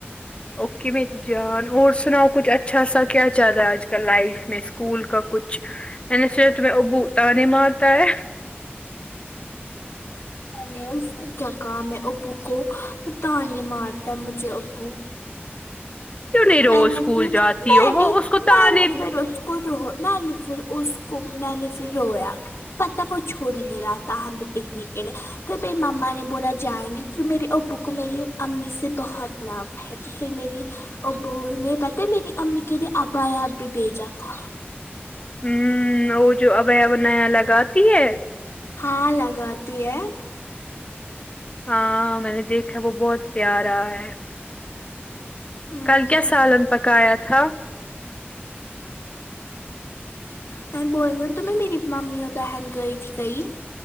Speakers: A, on the left (about 25°); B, on the left (about 80°).
A: اوکے میری جان اور سناؤ کچھ اچھا سا کیا چل رہا ہے آج کل لائف میں اسکول کا کچھ یعنی سیٹ میں ابو تانے مارتا ہے
B: میں نے اس کو کیا کام ہے ابو کو تانے مارتا مجھے ابو
A: کیوں نہیں روز
B: میں نے
A: اسکول
B: فیر
A: جاتی
B: میں
A: ہو وہ
B: نہیں
A: اس کو تانے
B: میں نے فیر اس کو رو میں نے فیر اس کو میں نے فیر رویا پتا ہے وہ چھڑ ہی نہیں رہا تھا ہمیں پکنک کے لیے پھر میری مما نے بولا جائیں گے کیونکی میرے ابو کو میری امی سے بہت لوو ہے ہے تو فیر میری ابو نے پتا میری امی کے لیے ابایا بھی بھیجا تھا
A: آمم وہ جو ابایا وہ نیا لگاتی ہے
B: ہاں لگاتی ہے
A: ہاں میں نے دیکھا وہ بہت پیارا ہے
B: ہمم
A: کل کیا سالن پکایا تھا
B: میں بول ریو تمیں میری ممی اور بہن گئی تھی کہی